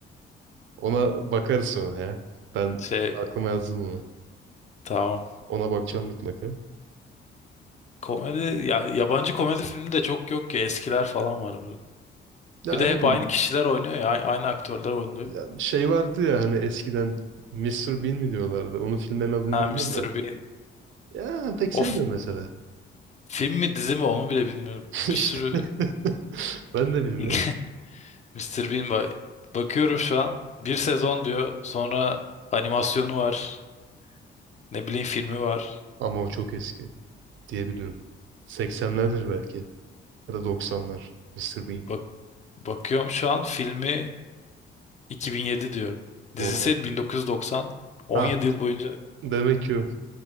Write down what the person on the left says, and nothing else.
şey
tamam.
Komedi ya yabancı komedi filmi de çok yok ki eskiler falan var.
Bir de
hep aynı kişiler oynuyor ya. Aynı aktörler oynuyor.
Ha
Mr.
Bean.
O
f-
film mi dizi mi onu bile bilmiyorum.
Bir
sürü
<laughs> Mister Bean var. Bakıyorum şu an. Bir sezon diyor. Sonra animasyonu var. Ne bileyim filmi var.
Bak bakıyorum şu an filmi 2007 diyor.
Dizisi 1990. 17
yıl boyunca.